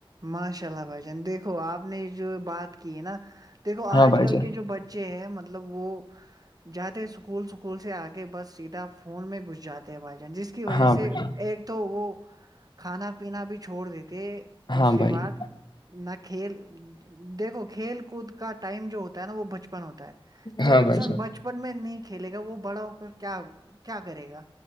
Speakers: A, on the right; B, on the left.
A: ماشاء اللہ بھائی جان دیکھو آپ نے یہ جو بات کی ہے نا دیکھو آج
B: ہاں بھائی
A: کل
B: جان
A: کے جو بچے بچے ہیں مطلب وہ جاتے اسکول سکول سے آ کہ بس سیدھا فون میں گھس جاتے ہیں بھائی جان جس کی وجہ
B: ہاں
A: سے
B: بھائی جان
A: ایک تو وہ کھانا پینا بھی چھوڑ دیتے دوسری
B: ہاں بھائی
A: بات نہ کھیل دیکھو کھیل کود کا ٹائم جو ہوتا ہے نا وہ بچپن ہوتا ہے جب
B: ہاں
A: انسان
B: بھائی جان
A: بچن بچپن میں نہیں کھیلے گا وہ بڑا ہو کر کیا کیا کرے گا